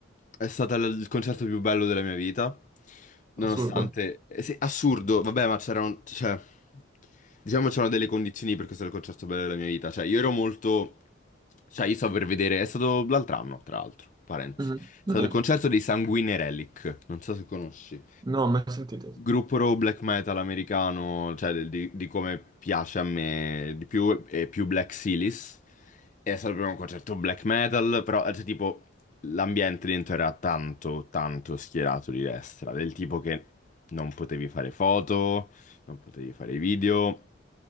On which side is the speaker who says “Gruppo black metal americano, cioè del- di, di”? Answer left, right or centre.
Left